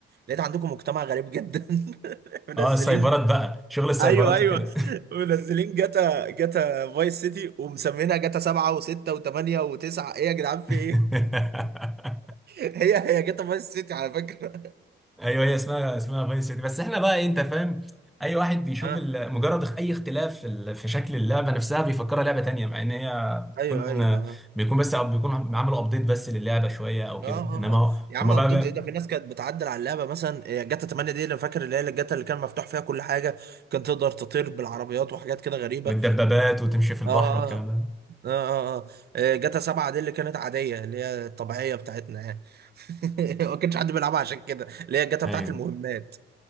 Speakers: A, on the right; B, in the centre.
A: لقيت عندكم مجتمع غريب جدا <laughs> منزلين
B: اه السايبرات بقى شغل السايبرات
A: ايوه ايوه
B: وكده
A: منزلين جاتا جاتا فايس سيتي ومسمينها جاتا سبعة وستة وثمانية وتسعة ايه يا جدعان في
B: <laughs>
A: ايه؟ <laughs> هي هي جاتا فايس سيتي على فكرة
B: ايوه هي اسمها اسمها فايس سيتي بس احنا بقى إيه، انت فاهم اي واحد بيشوف
A: اه
B: ال- مجرد اخ- اي اختلاف في ال- في شكل اللعبه نفسها بيفكرها لعبه تانية مع ان هي بتكون
A: ايوه ايوه
B: بيكون بس بيكون عملوا ابديت بس للعبه شويه او كده
A: اه اه
B: انما
A: اه.
B: هو-
A: يا عم
B: هما
A: قبضت
B: بقى, بقى
A: ايه ده في ناس كانت بتعدل على اللعبه مثلا إيه، جاتا 8 دي اللي فاكر اللي هي الجاتا اللي كان مفتوح فيها كل حاجه كان تقدر تطير بالعربيات وحاجات كده غريبه
B: والدبابات وتمشي في البحر
A: اه
B: والكلام
A: اه
B: ده
A: اه اه آه. إيه، جاتا 7 دي اللي كانت عاديه اللي هي الطبيعيه بتاعتنا يعني <laughs> ما كانش حد بيلعبها عشان كده اللي هي الجاتا
B: ايوه
A: بتاعت المهمات